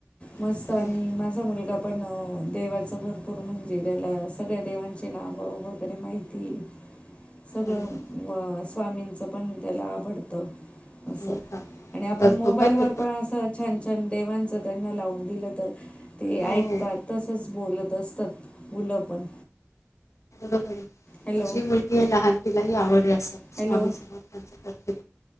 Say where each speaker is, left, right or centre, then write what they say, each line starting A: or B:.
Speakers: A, on the left (about 25°); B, on the left (about 90°).
A: मस्त
B: हो,
A: आणि
B: हो,
A: माझा मुलगा पण देवाच भरपूर म्हणजे त्याला सगळ्या देवांचे नावं ब बरे माहिती सगळं
B: हो. अरे वा.
A: व स्वामींचं पण त्याला आवडतं अस
B: हो का
A: आणि आपण
B: करतो
A: मोबाईल
B: का
A: वर
B: ते
A: पण असं छान छान देवांचं त्यांना लावून दिलं तर ते ऐकतात
B: हो हो
A: तसच बोलत असतात मुलं पण
B: बर
A: हॅलो
B: माझी मुलगी हे लहान तिला ही आवड आहे असं
A: हॅलो
B: स्वामी समर्थांच प्र